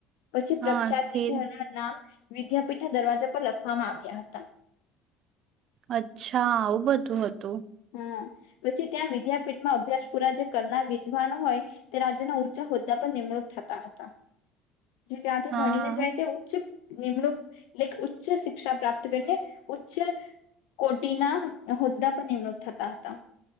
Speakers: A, on the left; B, on the right.
A: પછી
B: હા
A: પ્રખ્યાત
B: સ્થિર
A: વિધ નામ વિદ્યાપીઠના દરવાજા પર લખવામાં આવ્યા હતા.
B: અચ્છા આવું બધું હતું.
A: હમ પછી ત્યાં વિદ્યાપીઠમાં અભ્યાસ પૂરા જે કરનાર વિદ્વાનો હોય તે રાજ્યના ઊંચા હોદ્દા પર નિમણૂક થતા હતા. જે ત્યાંથી
B: હા
A: ભણીને જાય તે ઉચ્ચ નિમણૂક એટલે ઉચ્ચ શિક્ષા પ્રાપ્ત કરીને ઉચ્ચ કોટીના હોદ્દા પર નિમણૂક થતા હતા.